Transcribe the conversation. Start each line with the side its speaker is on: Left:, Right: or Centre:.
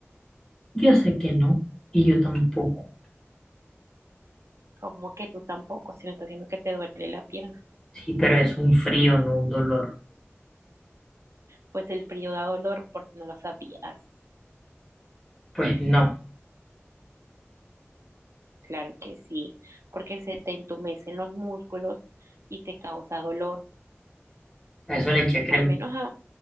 Left: Ya sé que no, y yo tampoco.
Right: Como que tú tampoco, si me estás diciendo que te duele la pierna.
Left: Sí, pero es un frío, no un dolor.
Right: Pues el frío da dolor, por si no lo sabías.
Left: Pues no,
Right: Claro que sí, porque se te entumecen los músculos y te causa dolor.
Left: a eso le eché crema.
Right: Al menos a,